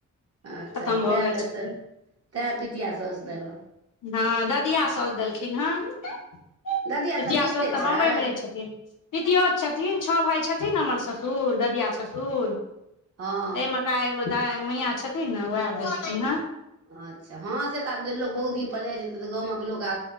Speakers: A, on the right; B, on the left.
A: अच्छा
B: खतम भऽ
A: तैँ
B: गेल
A: देते
B: छथिन
A: तैं पितिया सस देल
B: हँ ददिया सौस देलखिन हँ पीतिया
A: ददिया साउस जीविते
B: सउस
A: छथि
B: तऽ बम्बईमे रहैत छथिन पितियोत छथिन छओ भााय छथिन न हमर ससुर ददिया ससुर
A: हँ
B: तमेका एगो द मैया छथिन ने उएह देलथिन ह
A: अच्छा हँ से तऽ आब लोक बहुत दिनपर जाइ छै तऽ गामक लोक आ